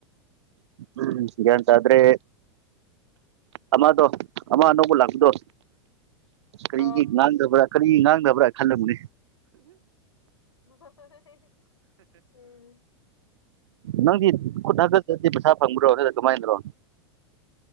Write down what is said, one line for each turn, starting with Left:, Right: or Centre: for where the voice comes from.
Right: ꯎꯝ ꯒꯥꯏꯟ ꯇꯗ꯭ꯔꯦ ꯑꯃꯗꯣ ꯑꯃ ꯑꯅꯧꯕ ꯂꯥꯛꯄꯗꯣ ꯀꯔꯤꯒꯤ
Left: ꯑꯣ
Right: ꯉꯥꯡꯗꯕ꯭ꯔꯥ ꯀꯔꯤ ꯉꯥꯡꯗꯕ꯭ꯔꯥ ꯈꯜꯂꯝꯅꯦ
Left: <unintelligible> ꯎꯝ
Right: ꯅꯪꯗꯤ ꯈꯨꯠ ꯍꯥꯒꯥꯖꯗꯤ ꯄꯩꯁꯥ ꯐꯪꯕ꯭ꯔꯣ ꯅꯠꯔꯥ ꯀꯃꯥꯏꯅ꯭ꯔꯣ